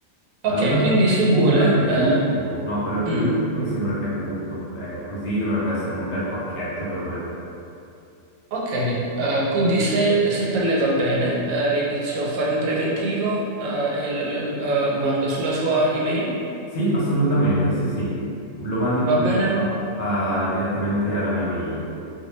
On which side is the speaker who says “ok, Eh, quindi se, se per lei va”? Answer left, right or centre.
Right